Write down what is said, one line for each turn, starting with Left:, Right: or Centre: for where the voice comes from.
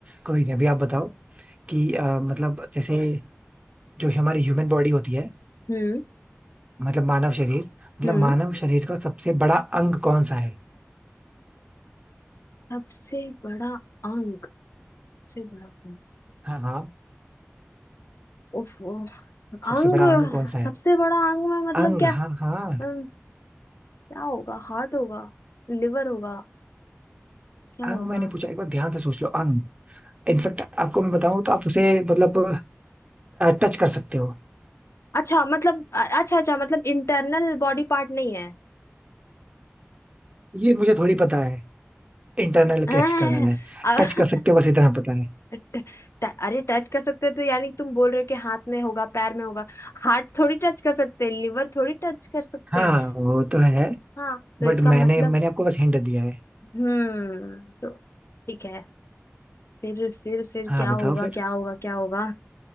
Right: कोई नहीं अभी आप बताओ कि अ, मतलब जैसे जो हमारी ह्यूमन बॉडी होती है
Left: हम्म
Right: मतलब मानव शरीर मतलब
Left: हम्म
Right: मानव शरीर का सबसे बड़ा अंग कौन सा है
Left: सबसे बड़ा अंग सबसे बड़ा अंग
Right: हाँ हाँ
Left: उफ, उफ, अंग
Right: सबसे बड़ा अंग कौन सा
Left: सबसे
Right: है
Left: बड़ा अंग में मतलब
Right: अंग
Left: क्या
Right: हाँ हाँ
Left: अम, क्या होगा हार्ट होगा लिवर होगा क्या
Right: अंग
Left: होगा
Right: मैंने पूछा एक बार ध्यान से सोच लो अंग इनफेक्ट आपको मैं बताऊं तो आप उसे मतलब टच कर सकते हो
Left: अच्छा मतलब अ- अच्छा अच्छा मतलब इंटरनल बॉडी पार्ट नहीं है
Right: ये मुझे थोड़ी पता है इंटरनल
Left: हैं,
Right: के एक्सटर्नल है
Left: अ-
Right: टच कर सकते हो बस इतना पता है
Left: ट, ट, अरे टच कर सकते हैं तो यानी कि तुम बोल रहे हो कि हाथ में होगा पैर में होगा हार्ट थोड़ी टच कर सकते हैं लिवर थोड़ी टच कर सकते
Right: हाँ
Left: हैं
Right: वो तो है
Left: हाँ तो
Right: बट
Left: इसका मतलब
Right: मैंने मैंने आपको बस हिंट दिया है
Left: हम्म तो ठीक है फिर फिर फिर
Right: हाँ
Left: क्या
Right: बताओ
Left: होगा
Right: फिर
Left: क्या होगा क्या होगा